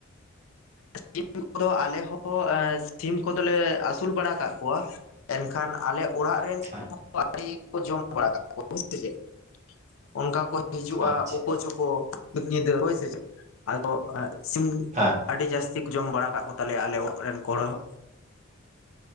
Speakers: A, on the left (about 80°); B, on the right (about 35°).
A: ᱥᱤᱢ ᱠᱚᱫᱚ ᱟᱞᱮᱦᱚ ᱥᱤᱢ ᱠᱚᱫᱚᱞᱮ ᱟᱹᱥᱩᱞ ᱵᱟᱲᱟ ᱠᱟᱜ ᱠᱚᱣᱟ ᱮᱱᱠᱷᱟᱱ ᱟᱞᱮ ᱚᱲᱟᱜ ᱨᱮᱱ
B: ᱵᱟᱝ?
A: ᱥᱤᱢ ᱠᱚ ᱟᱹᱰᱤ ᱠᱚ ᱡᱚᱢ ᱵᱟᱲᱟ ᱠᱟ ᱠᱚ <unintelligible> ᱚᱱᱠᱟ ᱠᱚ ᱦᱤᱡᱩᱜᱼᱟ
B: ᱦᱮᱸ
A: ᱩᱠᱩ ᱪᱚᱠᱚ ᱧᱩᱛ ᱧᱤᱫᱟᱹ ᱦᱳᱭ ᱥᱮ ᱪᱮᱫ ᱟᱫᱚ ᱮ ᱥᱤᱢ
B: ᱟᱪᱪᱷᱟ
A: ᱟᱹᱰᱤ ᱡᱟᱹᱟᱥᱛᱤ ᱠᱚ ᱡᱚᱢ ᱵᱟᱲᱟ ᱟᱠᱟᱫ ᱠᱚᱛᱟᱞᱮᱭᱟ ᱟᱞᱮ ᱚᱲᱟᱜ ᱨᱮᱱ ᱠᱚᱲᱚ ᱦᱚ